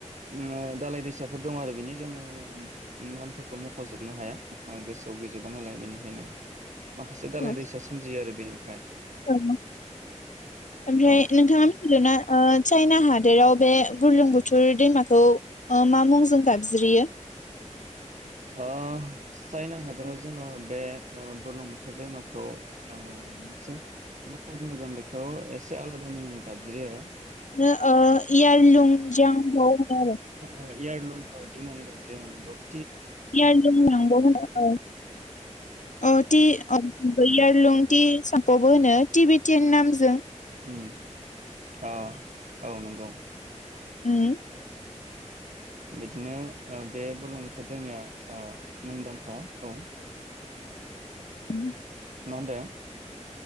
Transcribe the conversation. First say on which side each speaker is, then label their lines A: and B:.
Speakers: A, on the right; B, on the left.
A: ओ दालाय दैसाफोर दं आरो बेनि जोङो नामफोरखौ म खजोबनो हाया। बा गोसोआव गैजोबा नालाय बेनिखायनो माखासे दालाय
B: औ
A: दैसा सोमजियो आरो बेनि
B: औ, ओमफ्राय
A: औ
B: नोंथाङा मिथिगौ ना ओ चाइना हादोराव बे बुरलुंबुथुर दैमाखौ ओ मा मुंजों गाबज्रियो?
A: अ चाइना हादोराव जोङो बे ओ बुरलुंबुथुर दैमाखौ ओ मोनसे मा होनना बुङो जों बेखौ एसे आलादा मुङै गाबज्रियो
B: नो ओ इयारलुं जांप होनो आरो ।
A: अ इयारलुं अ इदि होननानै गाबज्रियो अ नंगौ ।
B: इयारलुं लांब होनो, औ औ टि अ
A: उम
B: इयारलुं टि साम्पबो होनो टिभटियान नामजों ।
A: उम अ औ नोंगौ ।
B: होम्म
A: बिदिनो ओ बे बुरलुंबुथुर दैमाया ओ मुंदांखा औ ।
B: <inaudible>
A: मा होनदो?